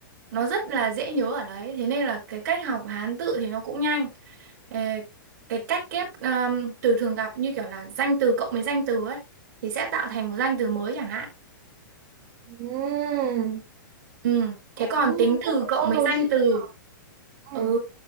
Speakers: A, on the right; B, on the right.
A: Nó rất là dễ nhớ ở đấy, thế nên là cái cách học Hán tự thì nó cũng nhanh. Ờ, cái cách ghép ờm, từ thường gặp như kiểu là danh từ cộng với danh từ ấy, thì sẽ tạo
B: Ừ.
A: thành một danh từ mới chẳng hạn.
B: Ừ.
A: Ừ, thế
B: cũng
A: còn tính từ
B: cũng
A: cộng
B: có
A: mấy
B: logic
A: danh từ.
B: nha
A: Ừ.
B: ừ.